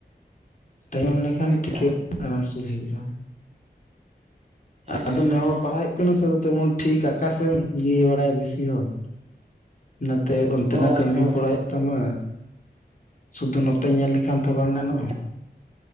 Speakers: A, on the left; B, on the right.
A: ᱛᱟᱭᱚᱢ ᱞᱮᱠᱷᱟᱱ
B: ᱦᱳᱭᱛᱚ
A: ᱴᱷᱤᱠᱟᱹ ᱟᱨᱟᱢ ᱪᱮᱫ ᱦᱩᱭᱩᱜᱼᱟ᱾
B: ᱦᱮᱸ
A: ᱟᱫᱚ
B: ᱦᱮᱸ
A: ᱱᱮ ᱦᱚᱲ
B: ᱦᱮᱸ
A: ᱯᱟᱲᱦᱟᱜ ᱦᱩᱭᱩᱜ ᱠᱟᱱᱟ ᱥᱮ ᱟ ᱛᱮᱢᱚᱱ ᱴᱷᱤᱠ ᱟᱠᱟᱥᱮᱢ ᱤᱭᱟᱹ ᱵᱟᱲᱟᱭᱟ ᱵᱤᱥᱤ ᱦᱚᱸ ᱱᱟᱛᱮ ᱚᱱᱛᱮᱱᱟᱜ
B: ᱦᱳᱭ
A: ᱠᱟᱹᱢᱤ
B: ᱦᱳᱭ
A: ᱦᱚᱸ ᱠᱚᱨᱟᱣ ᱦᱳᱭᱳᱜ ᱛᱟᱢᱟ᱾ ᱥᱩᱫᱩ ᱱᱚᱛᱮ ᱧᱮᱞ ᱞᱮᱠᱷᱟᱱ ᱛᱚ ᱵᱟᱝ ᱜᱟᱱᱚᱜᱼᱟ᱾
B: ᱟᱵᱚ ᱴᱷᱮᱱ